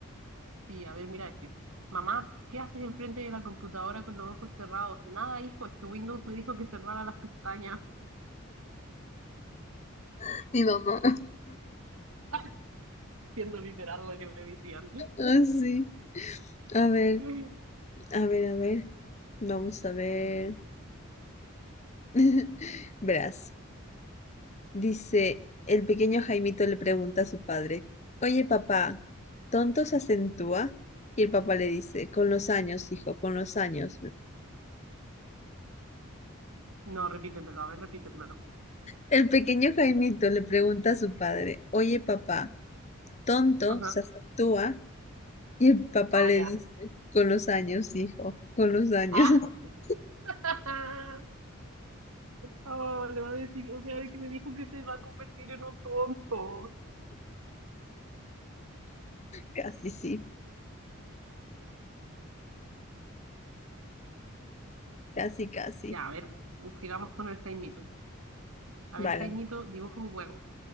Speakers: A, on the right; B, on the left.
A: Sí, a ver, mira este. Mamá, ¿qué haces enfrente de la computadora con los ojos cerrados? Nada, hijo, es que Windows me dijo que cerrara las pestañas,
B: <laughs> Mi mamá.
A: <laughs> siendo literal lo que me decían.
B: Ah, sí. A ver,
A: <laughs>
B: a ver, a ver. Vamos a ver. <laughs> Verás. Dice, el pequeño Jaimito le pregunta a su padre, Oye, papá, ¿tonto se acentúa? Y el papá le dice, con los años, hijo, con los años.
A: No, repítemelo, a ver, repítemelo.
B: El pequeño Jaimito le pregunta a su padre, Oye, papá, ¿tonto
A: Ajá.
B: se acentúa? Y el papá
A: Ah,
B: le
A: ya.
B: dice, con los años, hijo, con los años.
A: Ah,
B: <laughs>
A: <laughs> Oh, le va a decir, o sea, es que me dijo que se va a convertir en un tonto.
B: Casi sí, casi, casi.
A: Ya, a ver, sigamos con el Jaimito. A
B: vale
A: ver, Jaimito, dibuja un huevo.